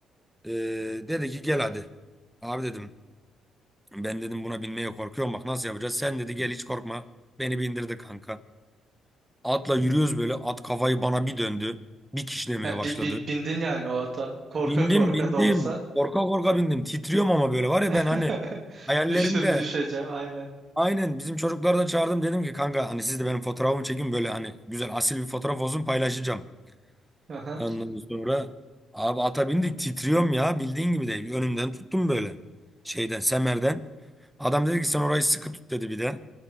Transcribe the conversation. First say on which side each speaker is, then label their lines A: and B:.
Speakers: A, in the centre; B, on the right.
A: Eee, dedi ki gel hadi. Abi dedim ben dedim buna binmeye korkuyorum bak nasıl yapacağız? Sen dedi gel hiç korkma. Beni bindirdi kanka. Atla yürüyoruz böyle. At kafayı bana bir döndü. Bir kişilemeye
B: Ha,
A: başladı.
B: bi- bin- bindin yani o ata. Korka
A: Bindim
B: korka
A: bindim.
B: da olsa.
A: Korka korka bindim. Titriyorum ama böyle var
B: <laughs>
A: ya ben hani hayallerimde
B: Düştüm düşeceğim aynen.
A: aynen bizim çocukları da çağırdım dedim ki kanka hani siz de benim fotoğrafımı çekin böyle hani güzel asil bir fotoğraf olsun paylaşacağım.
B: Aha.
A: Ondan sonra abi ata bindik titriyorum ya bildiğin gibi değil. Önümden tuttum böyle şeyden semerden. Adam dedi ki sen orayı sıkı tut dedi bir de.